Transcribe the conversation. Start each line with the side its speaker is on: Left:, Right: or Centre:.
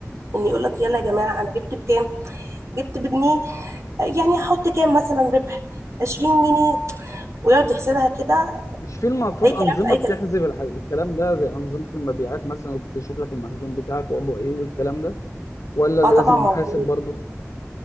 Right: ان يقول لك يلا
Left: م.
Right: يا جماعة انا جبت بكام جبت بجنيه يعني هحط كام مثلا ربح 20 جنيه ويقعد يحسبها كده
Left: مش في المفروض
Right: اي كلام
Left: أنظمة
Right: في اي
Left: بتحسب
Right: كلام
Left: الح- الكلام ده زي أنظمة المبيعات مثلا وبتشوف لك المخزون بتاعك وضعه إيه والكلام ده ولا لازم
Right: اه طبعا موجود
Left: محاسب برضه